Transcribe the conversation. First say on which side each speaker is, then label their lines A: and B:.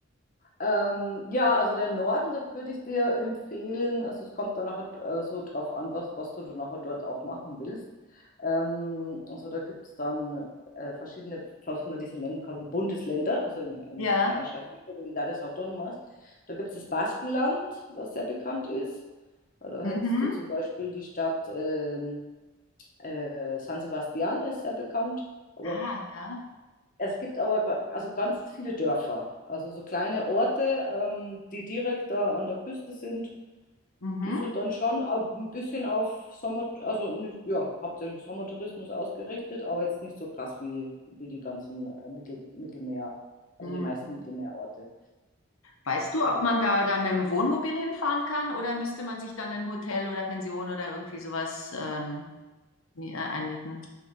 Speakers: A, on the left (about 40°); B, on the left (about 75°).
A: Ähm, ja, also der Norden, da würde ich dir empfehlen, also es kommt dann nachher äh, so drauf an, was, was du dann nachher dort auch machen willst. Ähm, also da gibt es dann äh, verschiedene, falls man die so nennen kann, Bundesländer, also in, in,
B: Ja.
A: auf Spanisch heißt es Comunidades Autónomas. Da gibt es das Baskenland, was sehr bekannt ist. Da
B: Mhm.
A: hättest du zum Beispiel die Stadt ähm, äh, San Sebastian, ist sehr bekannt. Aber
B: Ah, ja.
A: es gibt aber ga- also ganz viele Dörfer, also so kleine Orte, ähm, die direkt da an der Küste sind.
B: Mhm.
A: Die sind dann schon ab- ein bisschen auf Sommer, also nicht, ja, hauptsächlich Sommertourismus ausgerichtet, aber jetzt nicht so krass wie, wie die ganzen äh, Mittel, Mittelmeer, also
B: Mhm.
A: die meisten Mittelmeerorte.
B: Weißt du,
A: Ja.
B: ob man da da mit dem Wohnmobil hinfahren kann oder müsste man sich dann ein Hotel oder Pension oder irgendwie sowas ähm, mi- äh, einmieten?